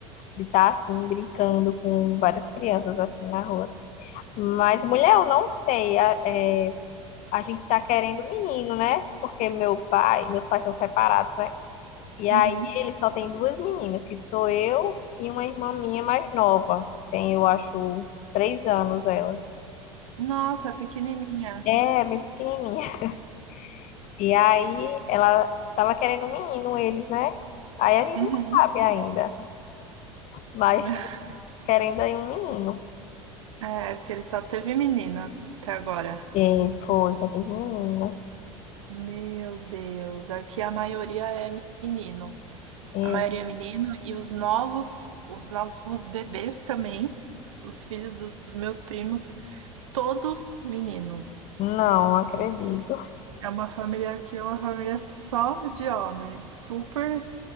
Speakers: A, on the left; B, on the right.
A: de estar assim brincando com várias crianças assim na rua. Mas mulher, eu não sei. a- É, a gente tá querendo menino, né? Porque meu pai, meus pais são separados, né? E aí
B: Uhum.
A: ele só tem duas meninas, que sou eu e uma irmã minha mais nova. Tem, eu acho, três anos ela.
B: Nossa, pequenininha.
A: É, bem pequenininha. E aí ela tava querendo um menino, eles, né? Aí a gente
B: Uhum.
A: não sabe ainda, mas
B: <laughs>
A: estamos querendo aí um menino.
B: É, porque ele só teve menina até agora.
A: E foi, só teve menina.
B: Meu Deus, aqui a maioria é menino.
A: E
B: A maioria é menino e os novos, os novos bebês também, os filhos dos meus primos, todos menino.
A: não acredito.
B: É uma família aqui, é uma família só de homens, super,